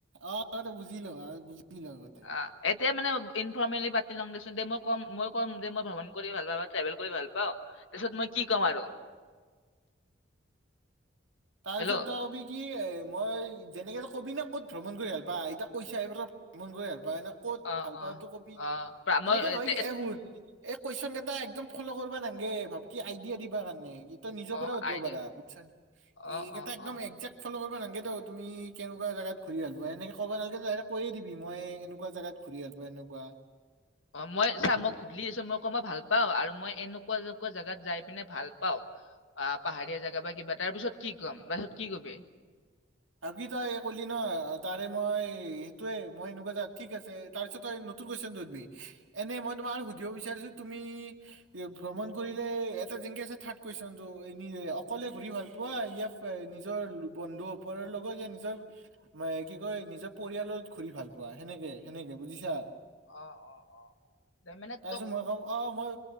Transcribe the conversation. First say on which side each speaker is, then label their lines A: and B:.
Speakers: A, on the right; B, on the left.
A: অ, ত‌ই বুজি ল‌ও‍ঁ, আগ বুজি ল আগতে
B: অ', এতিয়া মানে ইনফৰ্মেলি পাত। শ্বিলং গৈছোঁ দে, মই কম-মই কম যে, মই ভ্ৰমণ কৰি ভাল পাওঁ বা ট্ৰেভেল কৰি ভাল পাওঁ। তাৰ পিছত মই কি কম আৰু
A: তাৰপিছত
B: হেল্ল'
A: ত‌ই কবি কি এ মই যেনেকে কবিনা ক'ত ভ্ৰমণ কৰি ভাল পা। এতিয়া কৈছাহে ক'ত ক'ত ভ্ৰমণ কৰি ভা বা এনে ক'ত
B: অ'
A: ভাল পা
B: অ'
A: সিটো কবি।
B: অ' প্ৰা- মই
A: এনেকে নহয়
B: এতিয়া-
A: কে এই শুন এই কুৱেচন কেইটা একদম ফলো কৰবা নাঙগে। ভাব কি আইডিয়া দিবা কাৰণে কি তই নিজৰ
B: অ'
A: পৰা সুধবা
B: আইডি
A: পাৰা। বুজছা না
B: অ'
A: এই কেইটা
B: অ'
A: একদম
B: অ'।
A: একজ্যাক্ট ফলো কৰবা নাঙগে তো, তুমি কেনেকুৱা জাগাত ঘূৰি ভাল পাৱা। এনেকে কবা নালাগে ত‌ই, ত‌ই ডাইৰেক্ট কৈয়ে দিবি। মই এনেকুৱা জাগাত ঘূৰি ভাল পাওঁ। এনেকুৱা
B: অ', মই চা মই সুধলি দেচুন। মই কম অ ভাল পাওঁ আৰু মই এনেকুৱা এনেকুৱা জাগাত যাই পিনে ভাল পাওঁ। আ, পাহাৰীয়া জাগা বা কিবা তাৰ পিছত কি কম, পাছত কি কবি।
A: আব কি তই কলি ন' অ, তাৰে মই সেইটোয়ে মই এনেকুৱা জাগাত ঠিক আছে। তাৰ পিছত তই নতুন কুৱেচনটো সুধবি। এনে মই তোমাক আৰু সুধিব বিচাৰিছো। তুমিই ভ্ৰমণ কৰিলে এতে যেনকে আছে থাৰ্ড কুৱেচনটো নি অকলে ঘূৰি ভাল পোৱা, ইয়া নিজৰ বন্ধু বৰ লগকে নিজৰ, ময় কি কয় নিজৰ পৰিয়ালত ঘূৰি ভাল পোৱা। সেনেকে সেনেকে বুজিছা।
B: অ অ অ দে মানে
A: তাৰপিছত,
B: তোক
A: মই কম অ, মই